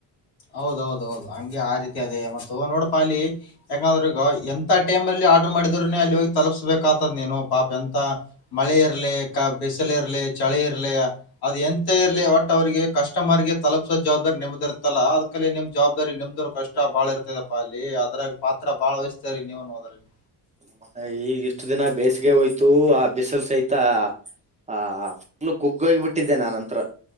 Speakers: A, on the left (about 65°); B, on the right (about 15°).
A: ಹೌದೌದ ಹೌದು ಹಂಗೆ ಆ ರೀತಿ ಅದೇ ಮ ನೋಡಪಾ ಅಲ್ಲಿ ಯಾಕ ಅಂದ್ರ ಈಗ. ಎಂತ ಟೈಮ್ ಅಲ್ಲಿ ಆರ್ಡ್ರರ್ ಮಾಡಿದ್ರುನೆ ಅಲ್ಲಿ ಹೋಗಿ ತಲುಪ್ಸ್ಬೇಕ ಆತದ ನೀನು ಪಾಪ ಎಂತ ಮಳೆ ಇರಲಿ. ಬಿಸಿಲು ಇರ್ಲಿ, ಚಳಿ ಇರ್ಲಿ, ಅದು ಎಂತ ಇರಲಿ. ಒಟ್ ಅವಿಗೆ ಕಸ್ಟಮರ್ಗೆ ತಲುಪ್ಸೋ ಜವಾಬ್ದಾರಿ ನೆಮ್ಮದಿರ್ ತಲ್ಲ ಅದ್ಕಲ್ಲಿ ನಿಮ್ ಜವಾಬ್ದಾರಿ ನಿಮ್ದ್ರು ಕಷ್ಟ ಬಾಳ ಇರ್ತೈದಪ್ಪ ಅಲ್ಲಿ ಅದ್ರಾಗ ಪಾತ್ರ ಬಾಳ ವ ಸರಿ ನೀವು ಅದ್ರಲ್ಲಿ.
B: ಮತ್ತ ಈಗ ಇಷ್ಟು ದಿನ ಬೇಸಿಗೆ ಹೋಯ್ತು ಆ ಬಿಸಲ್ಸೈ ತ್ತ ಆ ಫುಲ್ ಕುಗ್ಗ ಹೋಗಿ ಬಿಟ್ಟಿದ್ದೆ ನಾನಂತತ್ರ.